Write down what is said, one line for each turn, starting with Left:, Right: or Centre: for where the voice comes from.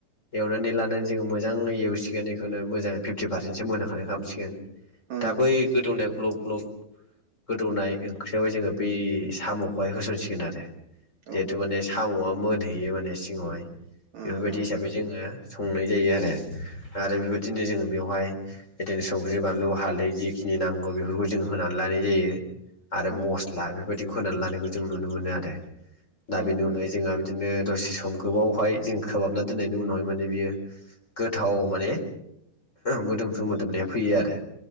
Left: एवनानै लानानै जोङो मोजाङै एवसिगोन बेखौनो मोजाङै फिफ्टि पारसेन्टसो मोनहोखानाय खालामसिगोन
Right: उम
Left: दा बै गोदौनाय ग्लब गलब गोदौनाय ओंख्रियावहाय जोङो बै साम'खौहाय होसनसिगोन आरो जिहेतु
Right: औ
Left: माने साम'आ मोनहैयो माने सिङावहाय
Right: उम
Left: बेफोरबायदि
Right: उम
Left: हिसाबै जोङो संनाय जायो आरो आरो बेबायदिनो जोङो बेवहाय बिदिनो संख्रि बानलु हालदै जिखिनि नांगौ बेफोरखौ जों होनानै लानाय जायो आरो
Right: उम
Left: मस्ला बेफोरबायदिखौ होनानै लानायखौ जों नुनो मोनो आरो दा
Right: उम
Left: बेनि उनावाय जोंहा बिदिनो दसे सम गोबावहाय जों खोबाबना दोननायनि उनावहाय माने बियो गोथाव माने मोदोमफ्रु मोदोमनाया फैयो आरो